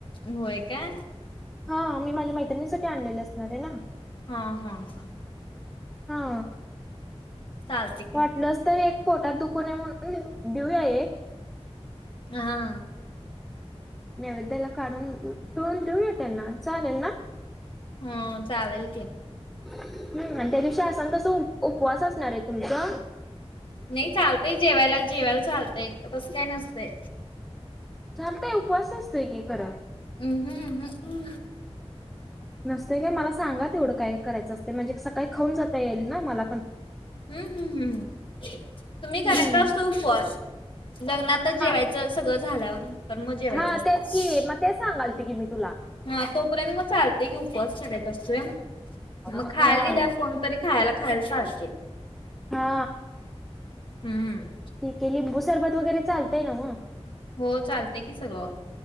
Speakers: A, on the left; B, in the centre.
A: होय काय.
B: हा मी माझ्या मैत्रिणीसाठी आणलेले असणार आहे ना?
A: हा हा हा.
B: हा
A: चालते की
B: वाटलंच तर एक पोटात दुखू नये म्हणून देऊया एक.
A: हा हा.
B: नैवेद्याला काढून ठेवून देऊया त्यांना चालेल ना.
A: हं चालेल की.
B: हम्म आणि त्या दिवशी असन तसं उपवास असणार आहे तुमचां.
A: नाही चालतय जेवायला जेवायला चालतय तसं काय नसतय.
B: चालतय उपवास असतय की खरं.
A: उम हम्म उम हम्म.
B: नसते काय मला सांगा तेवढं काय करायचं असतं, म्हणजे सकाळी खाऊन जाता येईल ना मला पण.
A: हम्म हम्म हम्म तुम्ही
B: हम्म
A: करतास तो उपवास लग्नात आता जेवायचं
B: हा
A: सगळं झाल्यावरं त मग जेवायचं
B: हा
A: असतं.
B: तेच की मग तेच सांगालते की मी तुला.
A: हा तोपर्यंत मग चालतेय की उपवास करायचा असतोय. मग
B: हा
A: खायला दिल्यावर कोणतरी खायाला खायला चालतंय.
B: हा.
A: हम्म हम्म.
B: ते लिंबू सरबत वगैरे चालतय ना मग?
A: हो चालतय की सगळं.